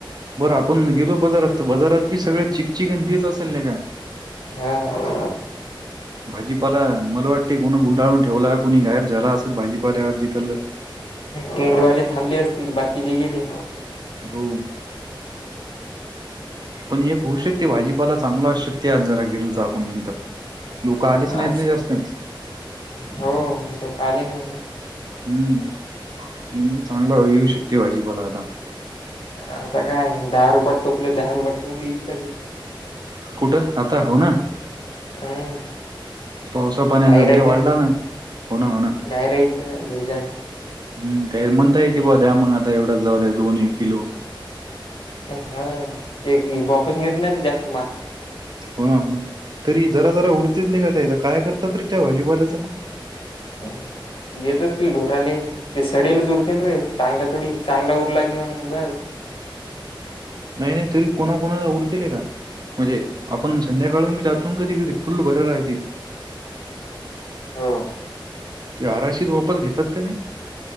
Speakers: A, on the right (about 50°); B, on the left (about 85°).
A: बरं आपण गेलो जारात बाजारात बी सगळ चिकचिकंतीच असेल ना का
B: हा
A: भाजीपाला मला वाटते कोणा गुंडाळून ठेवला का कोणी गायब झाला असेल भाजीपावरती तर
B: टेंटवाले थांबले असतील बाकीचेे गेले
A: हो पण एक होऊ शकते भाजीपाला चांगला असू शकते आज जरा गेलो तर आपण नंतर लोक आलीच नाहीत
B: आज
A: नाही जास्त
B: हो तो काले नाही ना
A: हम्म मी बी चांगला येऊ शकते भाजीपाला आता
B: आता काय दहा रुपयात टोपले दहा रुपयात टोपली इतच
A: कुठं आता हो ना
B: हम्
A: पावसा पाण्याचा
B: गाय राहिते
A: लय वाढला
B: ना
A: हो ना हो ना.
B: गाय रायच ना घरी जा
A: हम् त म्हणता येत ब द्या मग आता एवढाच जाऊय दोन एक किलो
B: हा ते वापस नेत नाहीत जास्त माल
A: होणा होणा तरी जरा जरा उडतेच नाही काथ काय करतात तरी त्या भाजीबाल्याचं मग
B: हम् देत असतील ढोराले ते सडेलच उरतील रे चांगला थोडी चांगला उरला किवाग ब
A: नाही नाही तरी कोणाकणाला उडतीलय का म्हणजे आपण संध्याकाळी काळून मी जातून कधीधी फुल भर राह
B: हो
A: ते आराशीत वापर घेतात काध